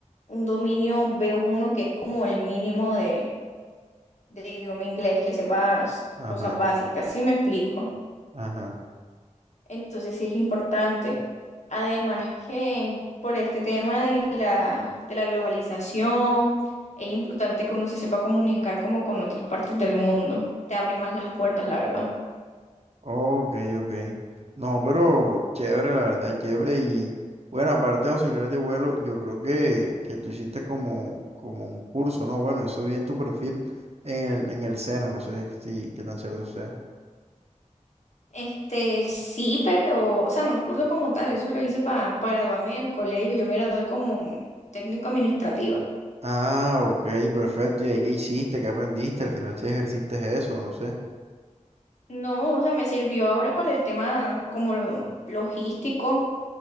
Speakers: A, on the left; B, on the right.
A: un dominio b uno que es como el mínimo de, de idioma inglés, que sepas
B: ajá,
A: cosas básicas, ¿sí me explico?
B: ajá.
A: Entonces sí es importante. Además que por este tema de la, de la globalización, es importante que uno se sepa comunicar como con otras partes del mundo. Te abre más las puertas, la verdad.
B: Ok, ok. No, pero chévere, la verdad, chévere. Y bueno, aparte de auxiliar de vuelo, yo creo que, que tú hiciste como, como un curso, ¿no? Bueno, eso vi en tu perfil en el, en el SENA, no sé si qué tan cierto sea.
A: Este, sí, pero, o sea, no un curso como tal, eso lo hice para, para graduarme del colegio, yo me gradué como técnico administrativa.
B: Ah, ok, perfecto. ¿Y ahí qué hiciste? ¿Qué aprendiste? Al final si ejerciste eso, no sé.
A: No, o sea, me sirvió ahora para el tema como lo- logístico,